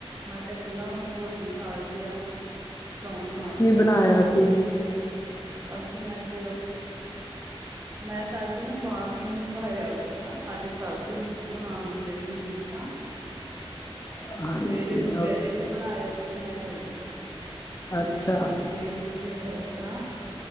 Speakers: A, on the right (about 25°); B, on the left (about 30°).
A: ਮੈਂ ਕਿਆ ਚਲੋ ਰੋਟੀ ਖਾ ਲਈ ਆ, <unintelligible>
B: ਕੀ ਬਣਾਇਆ
A: ਆਵਾਂ
B: ਸੀ?
A: ਅਸੀਂ ਅੱਜ ਮੈਂ ਤਾਂ ਅੱਜ ਨਾ ਬਾਹਰੋਂ ਹੀ ਮੰਗਵਾਇਆ ਸੀਗਾ ਅੱਜ ਥੱਕ ਗਈ ਸੀ ਬਣਾਉਣ ਨੂੰ ਦਿਲ ਨ ਕੀਤਾ
B: ਹਾਂਜੀ
A: ਸਵੇਰੇ ਦੁਪਹਿਰੇ
B: ਓਕੇ
A: ਤੇ ਬਣਾਇਆ ਸੀਗਾ ਮੈਂ ਇਹ
B: ਅੱਛਾ
A: ਮਿਕਸ ਵੇਜ ਅਤੇ ਰਾਇਤਾ